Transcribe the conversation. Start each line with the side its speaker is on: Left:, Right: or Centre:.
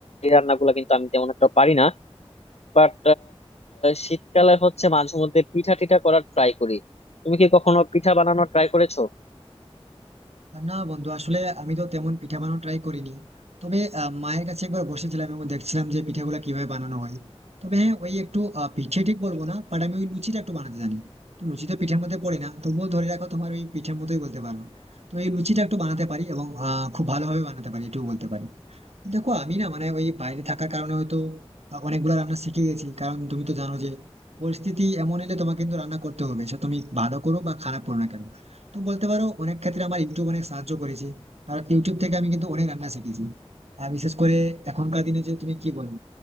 Left: রান্নাগুলো কিন্তু আমি তেমন একটা পারি না বাট শীতকালে হচ্ছে মাঝে মধ্যে পিঠা টিঠা করার ট্রাই করি তুমি কি কখনো পিঠা বানানোর ট্রাই করেছো
Right: না বন্ধু আসলে আমি তো তেমন পিঠা বানানো ট্রাই করিনি তবে আহ, মায়ের কাছে একবার বসেছিলাম এবং দেখছিলাম যে পিঠাগুলো কিভাবে বানানো হয় তবে হ্যাঁ ওই একটু আহ, পিঠে ঠিক বলবো না বাট আমি ওই লুচিটা একটু বানাতে জানি তো লুচি তো পিঠার মধ্যে পড়ে না তবুও ধরে রাখো তোমার ওই পিঠের মতোই বলতে পারো তো এই লুচিটা একটু বানাতে পারি এবং আহ, খুব ভালোভাবে বানাতে পারি এটুকু বলতে পারি দেখো আমি না মানে ওই বাইরে থাকার কারণে হয়তো অনেকগুলো রান্না শিখে গেছি কারণ তুমি তো জানো যে পরিস্থিতি এমন এলে তোমাকে কিন্তু রান্না করতে হবে সে তুমি ভালো করো বা খারাপ করো না কেন তো বলতে পারো অনেক ক্ষেত্রে আমার ইউটিউব অনেক সাহায্য করেছে কারণ ইউটিউব থেকে আমি কিন্তু অনেক রান্না শিখেছি আর বিশেষ করে এখনকার দিনে যে তুমি কি বলো